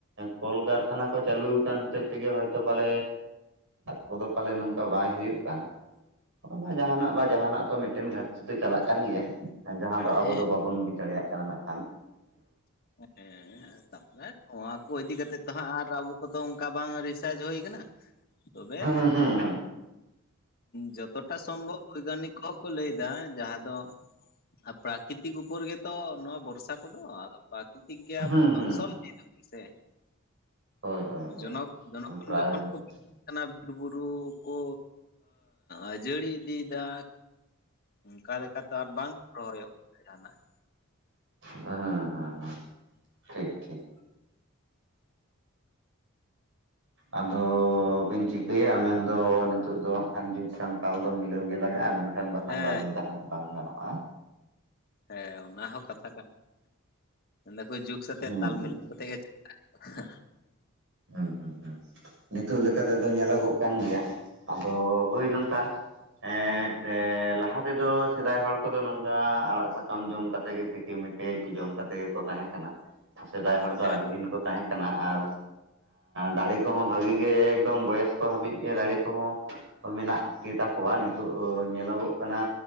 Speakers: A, on the right (about 60°); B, on the left (about 45°).
A: ᱠᱚᱞ ᱠᱟᱨᱠᱷᱟᱱᱟ ᱠᱚ ᱪᱟᱞᱩᱶ ᱠᱟᱱ ᱦᱚᱛᱮᱡ ᱛᱮᱜᱮ ᱦᱭᱛᱳ ᱯᱟᱞᱮ ᱠᱚᱼᱫᱚ ᱯᱟᱞᱮ ᱱᱚᱝᱠᱟ ᱵᱟᱭ ᱦᱩᱭᱩᱜ ᱠᱟᱱ ᱚᱱᱟ ᱡᱟᱦᱟᱱᱟᱜ ᱵᱟ ᱡᱟᱦᱟᱱᱟᱜ ᱛᱚ ᱢᱤᱫᱴᱮᱱ, ᱜᱷᱟᱴᱛᱤ ᱫᱚ ᱪᱟᱞᱟᱜ ᱠᱟᱱ ᱜᱮᱭᱟ᱾ ᱡᱟᱦᱟᱸ ᱫᱚ ᱟᱵᱚ
B: ᱦᱮᱸ
A: ᱫᱚ ᱵᱟᱵᱚᱱ ᱵᱩᱡᱽ ᱫᱟᱲᱮᱭᱟᱼᱜ ᱠᱟᱱᱟ᱾ ᱱᱟᱜ ᱠᱷᱟᱱ
B: ᱦᱮᱸ ᱛᱟᱯᱨᱮᱫ ᱱᱚᱣᱟ ᱠᱚ ᱤᱫᱤ ᱠᱟᱛᱮᱜ ᱛᱚ ᱦᱟᱸᱜ, ᱟᱨ ᱟᱵᱚ ᱠᱚᱼᱫᱚ ᱚᱝᱠᱟ ᱵᱟᱝ ᱨᱤᱥᱟᱨᱪ ᱦᱩᱭ ᱟᱠᱟᱱᱟ᱾ ᱛᱚᱵᱮ
A: ᱦᱩᱸ ᱦᱩᱸ
B: ᱡᱚᱛᱚᱴᱟ ᱥᱚᱢᱵᱷᱚᱵ ᱵᱳᱭᱜᱟᱱᱤᱠ ᱠᱚ, ᱠᱚ ᱞᱟᱹᱭ ᱮᱫᱟ᱾ ᱡᱟᱦᱟᱸ ᱫᱚ ᱟᱨ ᱯᱨᱟᱠᱤᱛᱤᱠ ᱩᱯᱚᱨ ᱜᱮᱛᱚ ᱱᱚᱣᱟ ᱵᱚᱨᱥᱟ ᱠᱚᱼᱫᱚ ᱯᱨᱟᱠᱤᱛᱤᱠ ᱜᱮ ᱟᱵᱚ
A: ᱦᱩᱸ ᱦᱩᱸ
B: ᱫᱽᱷᱚᱝᱥᱚ
A: ᱦᱩᱸ
B: ᱤᱫᱤᱭ ᱫᱟᱵᱚᱱ ᱥᱮ
A: ᱦᱳᱭ ᱦᱳᱭ ᱦᱳᱭ
B: ᱡᱮᱱᱚᱠ, ᱡᱚᱱᱚᱜ ᱠᱷᱚᱱ
A: ᱯᱨᱟᱭ
B: ᱡᱚᱠᱷᱚᱱ
A: ᱦᱩᱸ
B: ᱠᱚ ᱚᱱᱠᱟᱱᱟᱜ ᱵᱤᱨᱵᱩᱨᱩ ᱠᱚ ᱟᱹᱡᱟᱹᱲᱤ ᱤᱫᱤᱭᱮᱫᱟ ᱚᱱᱠᱟ ᱞᱮᱠᱟ ᱛᱚ ᱟᱨ ᱵᱟᱝ ᱨᱚᱦᱚᱭᱚᱜ ᱠᱟᱱᱟ᱾ ᱡᱟᱦᱟᱱᱟᱜ ᱜᱮ
A: ᱦᱩᱸ ᱦᱩᱸ ᱦᱩᱸ ᱴᱷᱤᱠ ᱴᱷᱤᱠ ᱟᱫᱚ ᱵᱤᱱ ᱪᱤᱫ ᱤᱭᱟᱹᱭᱟ ᱢᱮᱱᱫᱚ ᱱᱤᱛᱚᱜ ᱫᱚ ᱱᱟᱜᱠᱷᱟᱱ᱾ ᱡᱩᱜ ᱥᱟᱢᱴᱟᱞ ᱫᱚ ᱢᱤᱞᱟᱹᱣ ᱜᱮ ᱞᱟᱜᱟᱜᱼᱟ ᱾ᱢᱮᱱ ᱠᱷᱮᱱ ᱵᱟᱠᱷᱟᱱ,
B: ᱦᱮᱸ
A: ᱵᱟᱤᱱ ᱛᱟᱦᱮᱱᱟ ᱵᱟᱝ ᱜᱟᱱᱚᱜᱼᱟ?
B: ᱦᱮᱸ ᱚᱱᱟ ᱦᱚᱸ ᱠᱟᱛᱷᱟ ᱠᱟᱱ ᱢᱮᱱᱫᱟ ᱠᱚ ᱡᱩᱜᱽ ᱥᱟᱛᱮᱜ,
A: ᱦᱩᱸ
B: ᱛᱟᱞ
A: ᱦᱩᱸ
B: ᱢᱤᱞᱟᱹᱣ ᱠᱟᱛᱮ ᱜᱮ ᱪᱟᱞᱟ-ᱜ ᱦᱩᱭᱩᱜ ᱟ᱾
A: ᱦᱩᱸ ᱦᱩᱸ ᱦᱩᱸ ᱱᱤᱛᱚᱜ ᱞᱮᱠᱟᱛᱮᱫᱚ ᱧᱮᱞᱚᱜᱚᱜ ᱠᱟᱱ ᱜᱮᱭᱟ, ᱟᱫᱚ ᱦᱳᱭ ᱱᱚᱝᱠᱟ᱾ ᱦᱮᱸ ᱫᱮ ᱞᱟᱦᱟ ᱛᱮᱫᱚ ᱥᱮᱫᱟᱭ ᱦᱚᱲ ᱠᱚᱫᱚ ᱱᱚᱝᱠᱟ ᱟᱲᱟᱜ ᱥᱟᱠᱟᱢ ᱡᱚᱢ ᱠᱟᱛᱮ ᱜᱮᱼᱼ ᱠᱤ ᱢᱤᱫᱴᱮᱡᱠᱤ ᱡᱚᱢ ᱠᱟᱛᱮ ᱠᱚ ᱛᱟᱦᱮᱸ ᱠᱟᱱᱟ ᱥᱮᱫᱟᱭ ᱦᱚᱲ ᱫᱚ
B: ᱦᱮᱸ
A: ᱟᱹᱰᱤ ᱫᱤᱱ ᱠᱚ ᱛᱟᱦᱮᱸ ᱠᱟᱱᱟ ᱟᱨᱼᱼ ᱫᱟᱬᱮ ᱠᱚᱦᱚᱸ ᱵᱷᱟᱜᱤ ᱜᱮ ᱮᱠᱫᱚᱢ ᱵᱚᱭᱚᱥ ᱠᱚ ᱦᱟᱹᱵᱤᱡ ᱜᱮ ᱫᱟᱬᱮ ᱠᱚᱦᱚᱸᱼᱼ ᱢᱮᱱᱟᱜ ᱜᱮᱛᱟ ᱠᱚᱣᱟ ᱱᱤᱛᱚᱜ ᱧᱮᱞᱚᱜᱚᱜ ᱠᱟᱱᱟ᱾